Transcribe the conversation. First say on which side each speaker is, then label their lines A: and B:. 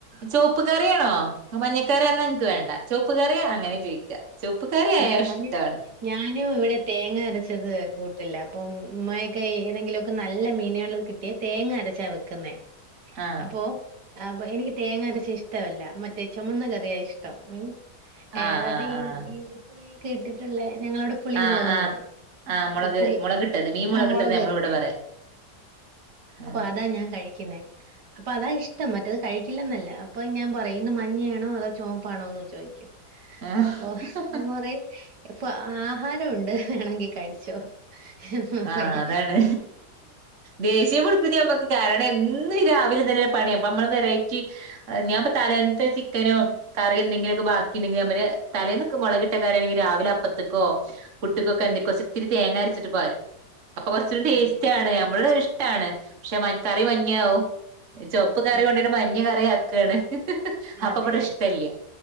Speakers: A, on the right; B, on the right.
A: ചുവപ്പ് കറിയണോ മഞ്ഞക്കറിന്നാ എനക്ക് വേണ്ട ചുവപ്പ് കറിയ അങ്ങനെ
B: ആ
A: ചോയിക്ക ചുവപ്പ് കറിയാൽ
B: ഞാന്
A: ഇഷ്ടാണ്
B: ഞാനും ഇവിടെ തേങ്ങ അരച്ചത് കൂട്ടില്ല അപ്പം ഉമ്മയൊക്കെ ഏതെങ്കിലുമൊക്കെ നല്ല മീനുകൾ ക റ്റിയ തേങ്ങ അരച്ചാ വെക്കുന്നേ
A: ആഹ്
B: അപ്പൊ അപ്പൊ എനിക്ക് തേങ്ങരച്ച ഇഷ്ടമല്ല മറ്റേ ചുമന്ന കറിയായ ഇഷ്ടം മീൻ <unintelligible>
A: ആഹ് ആഹ്
B: ഈ
A: ആഹ്
B: പുളിക്കെ ഇട്ടിട്ടുള്ള ഞങ്ങളവിടെ പുളിമുളകന്ന്
A: ആഹ് ആഹ്
B: പറയും
A: ആഹ് മുളക്
B: ആ പുളി
A: മുളകിട്ടത് മീൻ മുളകിട്ടത്
B: ആ മുളക്
A: നമ്മളിവിടെ
B: കറി
A: പറയാ ആഹ്
B: അപ്പൊ അതാ ഞാൻ കഴിക്കുന്നേ അപ്പൊ അതാ ഇഷ്ടം മറ്റത് കഴിക്കില്ലെന്നല്ല അപ്പൊ ഞാൻ പറയും ഇന്ന് മഞ്ഞയാണോ അതോ ചുവുപ്പാണോ എന്ന് ചോദിക്കും.
A: ആഹ്
B: അപ്പ ഉമ്മറയും ഇപ്പൊ ആഹാരം ഉണ്ട് വേണെങ്കി കഴിച്ചോ എന്ന് പറയും.
A: ആ അതാണ് ദേഷ്യ പിടിപ്പ മ്മക്ക് കാരണം എ രാവിലെ തന്നെ പണിയ അപ്പ നമ്മള് വെറൈറ്റി ഞാൻപ്പ തലേന്ന്ത്തെ ചിക്കനും കറി എന്തെങ്കിലുമൊക്കെ ബാക്കിെ ണ്ടങ്കില് അവര് തലേന്നൊക്കെ മുളകിട്ട കറിണെങ്കിൽ രാവിലെ അപ്പത്ത്ക്കോ പുട്ടിക്കൊക്കെന്തക്ക
B: ഉം
A: കുറച്ച് ഇത്തിരി തേങ്ങ അരച്ചിട്ട് പാരും. അപ്പൊ കൊറച്ചൂടി ടേസ്റ്റ്
B: അതെ
A: ആണ് നമ്മള് ഇഷ്ടാണ് പക്ഷെ മ കറി മഞ്ഞാവും. ചൊവപ്പ് കറി
B: മഞ്ഞയോ
A: കൊണ്ടയിട്ട് മഞ്ഞ കറി ആക്കാണ് അപ്പൊ
B: അതെ
A: ഇവിടെ ഇഷ്ടല്ല